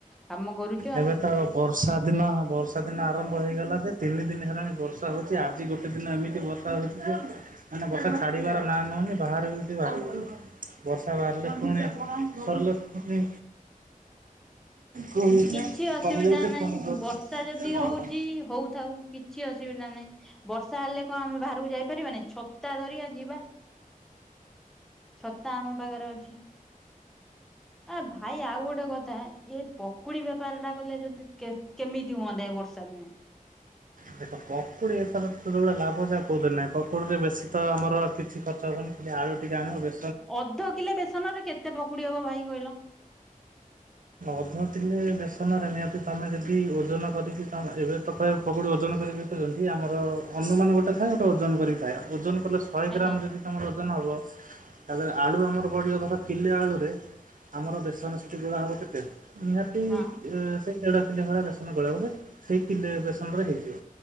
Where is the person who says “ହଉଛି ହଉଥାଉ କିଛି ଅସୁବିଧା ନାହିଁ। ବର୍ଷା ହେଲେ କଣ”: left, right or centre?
Centre